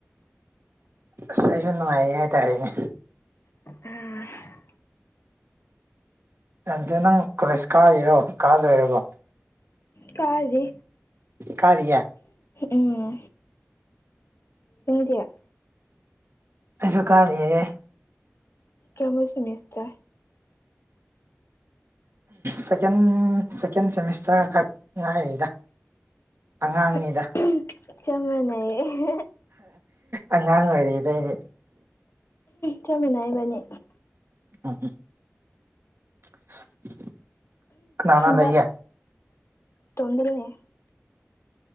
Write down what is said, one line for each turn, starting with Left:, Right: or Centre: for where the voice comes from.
Right: ꯑꯁ ꯑꯩꯁꯨ ꯅꯨꯡꯉꯥꯏꯔꯤ ꯍꯥꯏꯇꯥꯔꯦꯅꯦ
Left: ꯑ
Right: ꯌꯝꯗꯦ ꯅꯪ ꯀꯣꯂꯦꯖ ꯀꯥꯔꯤꯔꯣ ꯀꯥ ꯂꯣꯏꯔꯕꯣ
Left: ꯀꯥꯔꯗꯦ
Right: ꯀꯥꯔꯤꯌꯦ
Left: ꯎꯝ <unintelligible>
Right: <unintelligible>
Left: ꯀꯦꯃꯣ ꯁꯨꯅꯤꯁꯇ
Right: ꯁꯦꯀꯦꯟ ꯁꯦꯀꯦꯟ ꯁꯦꯃꯤꯁꯇꯔ ꯈꯛ ꯉꯥꯏꯔꯤꯗ ꯑꯉꯥꯡꯅꯦ
Left: <unintelligible>
Right: ꯑꯉꯥꯡ ꯑꯣꯏꯔꯤꯗꯩꯅꯤ ꯑꯩꯗ
Left: ꯆꯞ ꯃꯨꯅꯥꯏꯕꯅꯤ
Right: ꯎꯝ ꯎꯝ <inaudible> ꯀꯅꯥ
Left: ꯍꯟꯗꯛ
Right: ꯀꯅꯥ ꯂꯩꯒꯦ
Left: ꯇꯣꯗꯔꯅꯦꯦ